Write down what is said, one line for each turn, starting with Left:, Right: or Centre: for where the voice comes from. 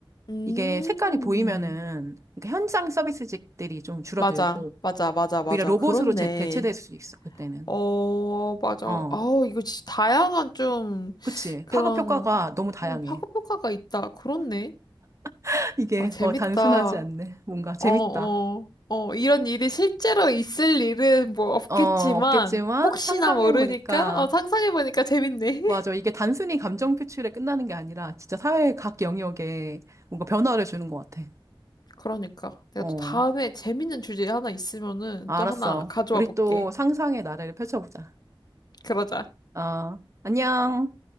Left: 음,
Right: 이게 색깔이 보이면은, 그러니까 현장 서비스직들이 좀 줄어들고,
Left: 맞아, 맞아, 맞아,
Right: 오히려
Left: 맞아.
Right: 로봇으로
Left: 그렇네.
Right: 제- 대체될 수 있어, 그때는.
Left: 어, 맞아.
Right: 어,
Left: 아우, 이거 진짜 다양한 좀
Right: 그치.
Left: 그런
Right: 파급 효과가 너무 다양해.
Left: 음, 파급 효과가 있다. 그렇네.
Right: <laughs> 이게,
Left: 아, 재밌다.
Right: 어, 단순하지 않네. 뭔가 재밌다.
Left: 어, 어, 어, 이런 일이 실제로 있을 일은 뭐 없겠지만,
Right: 어, 없겠지만,
Left: 혹시나
Right: 상상해보니까,
Left: 모르니까, 어, 상상해보니까 재밌네. <laughs>
Right: 맞아. 이게 단순히 감정 표출에 끝나는 게 아니라, 진짜 사회 각 영역에 뭔가 변화를 주는 것 같아.
Left: 그러니까. 내가
Right: 어.
Left: 또 다음에 재밌는 주제 하나 있으면은
Right: 알았어.
Left: 또 하나 가져와
Right: 우리
Left: 볼게.
Right: 또 상상의 나래를 펼쳐보자.
Left: 그러자.
Right: 어, 안녕.